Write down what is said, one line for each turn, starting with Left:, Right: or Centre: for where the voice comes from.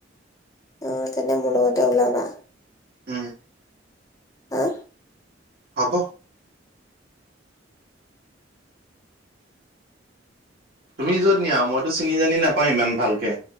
Left: অ তেনে মোৰ লগতে ওলাবা।
Right: উম।
Left: হা!
Right: হ'ব। তুমি যত নিয়া মইতো চিনি জানি নাপাওঁ ইমান ভালকে,